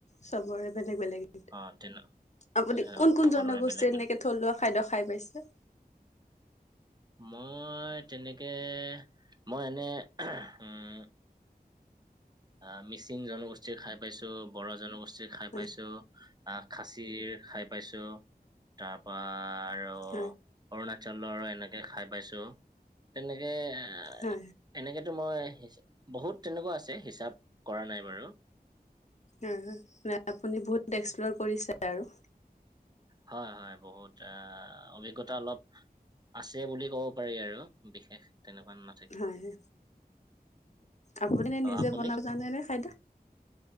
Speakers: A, on the left; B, on the right.
A: চবৰে বেলেগ বেলেগ
B: অ তেনে
A: আপুনি
B: অ,
A: কোন কোন
B: সকলোৰে
A: জনগোষ্ঠীৰ
B: বেলেগ বেলেগ
A: এনেকে। থলুৱা খাদ্য খাই পাইছে।
B: মই তেনেকে মই এনে উম। আহ মিচিং জনগোষ্ঠীৰ খাই পাইছো ব়ঢ়ো জনগোষ্ঠীৰ খাই
A: হয়
B: পাইছোঁ। আহ খাচি খাই পাইছোঁ তাৰ পা আৰু।
A: হয়
B: অৰুণাচলৰ এনেকে খাই পাইছোঁ তেনেকে এ।
A: হয়
B: এনেকেতো মই বহুত তেনেকুৱা আছে হিচাপ কৰা নাই বাৰু।
A: উম আপুনি বহুত এক্সপ্লৰ কৰিছে আৰু।
B: হয় হয় বহুত আ অভিজ্ঞতা অলপ। আছে বুলি ক'ব পাৰি আৰু বিশেষ তেনেকুৱা না।
A: হয় আপুনি নে
B: অ
A: নিজে
B: আপুনি
A: বনাব জানে নে খাদ্য।